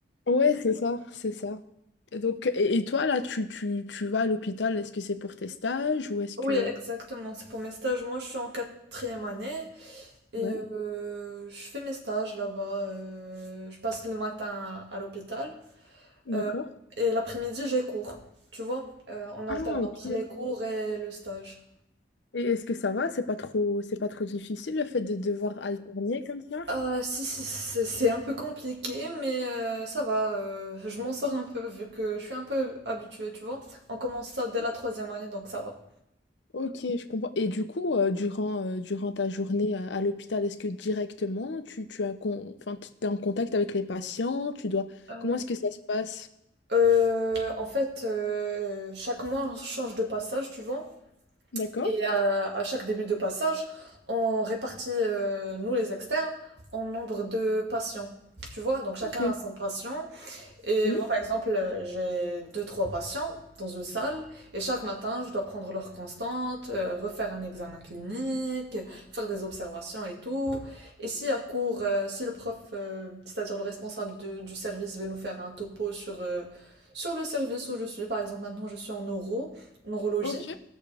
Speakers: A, on the left; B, on the right.
A: Ouais, c'est ça, c'est ça. Et donc, et, et toi là, tu, tu, tu vas à l'hôpital, est-ce que c'est pour tes stages ou est-ce que...
B: Oui, exactement, c'est pour mes stages. Moi, je suis en quatrième année et
A: Ouais,
B: euh, je fais mes stages là-bas. Euh, je passe le matin à à l'hôpital Euh,
A: d'accord.
B: et l'après-midi, j'ai cours, tu vois, euh, on alterne
A: Ah,
B: entre
A: ok.
B: les cours et le stage.
A: Et est-ce que ça va? C'est pas trop, c'est pas trop difficile le fait de devoir alterner comme ça?
B: Ah, si, si, c'est c'est un peu compliqué, mais euh, ça va, euh, je m'en sors un peu vu que je suis un peu habituée, tu vois. On commence ça dès la troisième année, donc ça va.
A: Ok, je comprends. Et du coup, euh, durant, euh, durant ta journée à, à l'hôpital, est-ce que directement tu, tu as con- enfin, tu es en contact avec les patients, tu dois...
B: Euh,
A: Comment est-ce que ça se passe?
B: euh, en fait, euh, chaque mois, on change de passage, tu vois.
A: D'accord.
B: Et à, à chaque début de passage, on répartit, euh, nous les externes, en nombre de patients, tu vois. Donc chacun
A: Ok.
B: a son patient Et
A: Oui.
B: moi, par exemple, euh, j'ai deux, trois patients dans une salle et chaque matin, je dois prendre leur constante, euh, refaire un examen clinique, faire des observations et tout. Et si à court, euh, si le prof, euh, c'est-à-dire le responsable de- du service, veut nous faire un topo sur, euh, sur le service où je suis, par exemple, maintenant je suis en neuro, neurologie,
A: Ok.